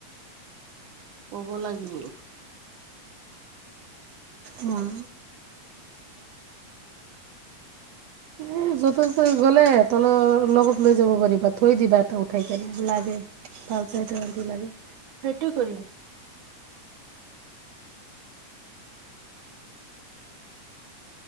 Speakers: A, on the right; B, on the right.
A: কব লাগিব।
B: উম। এ য'তে ত'তে গ'লে তল লগত লৈ যাব পাৰিবা থৈ দিবা এটা উঠাই কেনে লাগে। <unintelligible> লাগে
A: সেটো কৰিম।